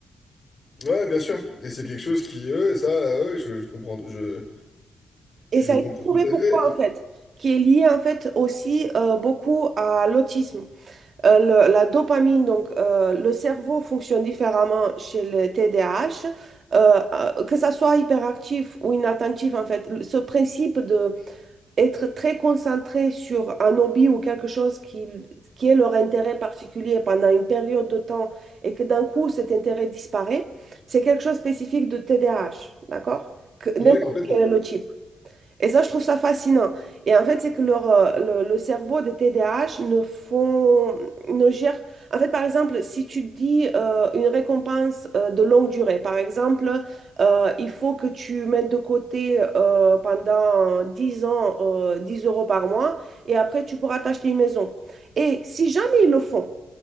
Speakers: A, on the left; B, on the right.
A: Ouais, bien sûr. Et c'est quelque chose qui, ouais, ça, euh, ouais, je, je comprends, je,
B: Et
A: je
B: ça a
A: comprends
B: été prouvé
A: tout
B: pourquoi,
A: à fait. Et-
B: en fait, qui est lié, en fait, aussi euh, beaucoup à l'autisme. Euh, le- la dopamine, donc, euh, le cerveau fonctionne différemment chez les TDAH. euh, euh, que ça soit hyperactif ou inattentif, en fait, ce principe de être très concentré sur un hobby ou quelque chose qui, qui est leur intérêt particulier pendant une période de temps et que d'un coup cet intérêt disparaît, c'est quelque chose de spécifique de TDAH, d'accord? Que n'importe
A: ouais, complètement,
B: quel est le type. Et ça, je trouve ça fascinant. Et en fait, c'est que leur, euh, le, le cerveau des TDAH ne font, ne gère. En fait, par exemple, si tu dis euh, une récompense euh, de longue durée, par exemple, euh, il faut que tu mettes de côté euh, pendant 10 ans euh, 10 euros par mois et après tu pourras t'acheter une maison. Et si jamais ils le font,